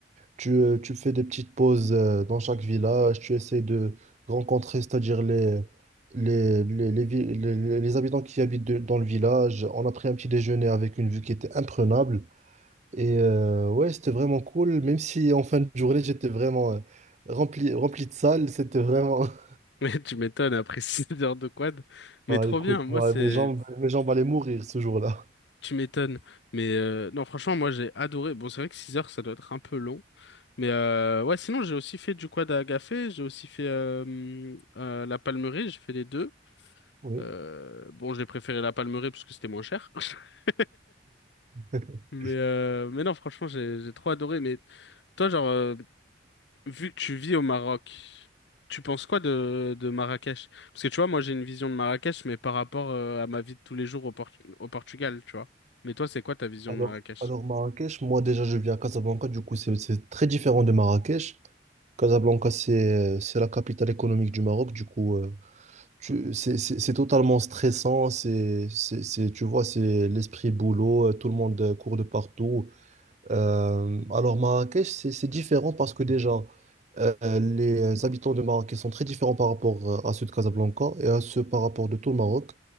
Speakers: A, on the right (about 40°); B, on the left (about 65°).
A: tu, euh, tu fais des petites pauses euh, dans chaque village, tu essaies de rencontrer, c'est-à-dire les, les, les, les, vi- les- les- les habitants qui habitent de- dans le village, on a pris un petit déjeuner avec une vue qui était imprenable. Et euh, ouais, c'était vraiment cool, même si en fin de journée, j'étais vraiment euh, rempli, rempli de salles. C'était vraiment... <laughs>
B: Mais tu m'étonnes après <laughs> 6 heures de quad. Mais
A: Ah,
B: trop
A: écoute,
B: bien. Moi,
A: moi,
B: c'est
A: mes jambes, mes jambes allaient mourir ce jour-là.
B: Tu m'étonnes. Mais euh, non, franchement, moi j'ai adoré. Bon, c'est vrai que 6 heures, ça doit être un peu long. Mais euh, ouais, sinon, j'ai aussi fait du quad à agafé, j'ai aussi fait euh, hum, euh, la palmeraie, j'ai fait les deux.
A: Oui.
B: Euh, bon, j'ai préféré la palmeraie parce que c'était moins cher. <laughs>
A: <laughs>
B: Mais, euh, mais non, franchement, j'ai j'ai trop adoré. Mais toi, genre, euh, vu que tu vis au Maroc, tu penses quoi de, de Marrakech? Parce que tu vois, moi j'ai une vision de Marrakech, mais par rapport euh, à ma vie de tous les jours au, Port- au Portugal, tu vois. Mais toi, c'est quoi ta vision
A: Alors,
B: de Marrakech?
A: alors Marrakech, moi déjà, je vis à Casablanca. Du coup, c'est c'est très différent de Marrakech. Casablanca, c'est euh, c'est la capitale économique du Maroc. Du coup, euh, tu- c'est c'est- c'est totalement stressant. C'est, c'est, c'est- tu vois, c'est l'esprit boulot. euh, Tout le monde euh, court de partout. Euh, alors Marrakech, c'est c'est différent parce que déjà, euh, les habitants de Marrakech sont très différents par rapport euh, à ceux de Casablanca et à ceux par rapport de tout le Maroc.